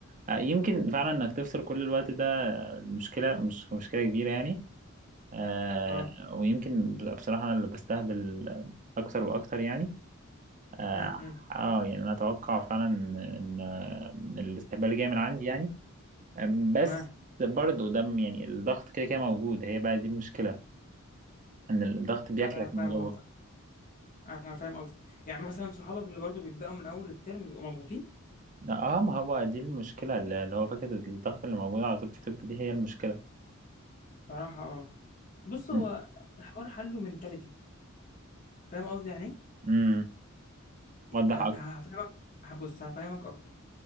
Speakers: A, on the right (about 35°); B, on the left (about 40°).
A: آه، يمكن فعلا انك تفصل كل الوقت ده مشكلة مش مشكلة كبيرة يعني آه
B: اه
A: ويمكن بصراحة أنا اللي بستهبل أكتر وأكتر يعني آه,
B: امم
A: آه يعني أنا أتوقع فعلا إن إن الاستهبال جاي من عندي يعني آم، بس
B: تمام
A: برضه ده م- يعني الضغط كده كده موجود هي بقى دي المشكلة إن الضغط بياكلك
B: انا
A: من
B: فاهم
A: جوه
B: قصدك انا فاهم قصدك يعني مثلا صحابك اللي برضو بيبداوا من اول الترم بيبقوا مضغوطين
A: اه آه، ما هو دي المشكلة اللي اللي هو فكرة الضغط اللي موجودة على طول في الطب دي هي المشكلة
B: صراحة اه بص
A: م-
B: هو الحوار حله منتاليتي فاهم قصدي يعني ايه؟
A: م. وضح
B: هد-
A: أكتر
B: هفهمك هبص هفهمك اكتر